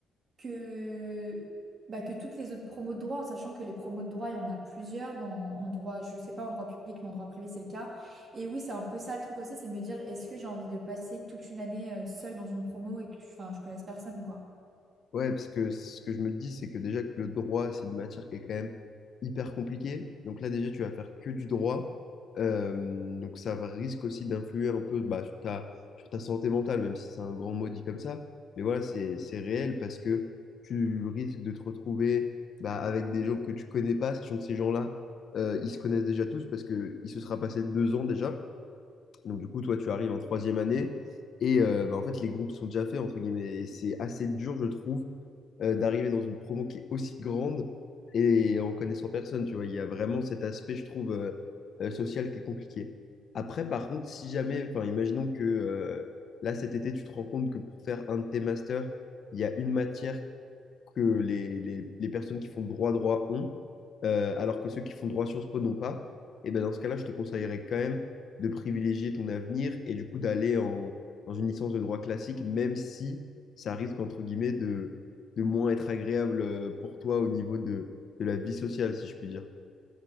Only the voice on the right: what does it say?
que, bah, que toutes les autres promos de droit, en sachant que les promos de droit, il y en a plusieurs dans, en droit, je sais pas, en droit public, mais en droit privé, c'est le cas. Et oui, c'est un peu ça le truc aussi, c'est de me dire, est-ce que j'ai envie de passer toute une année euh, seule dans une promo et que enfin, je connaisse personne, quoi.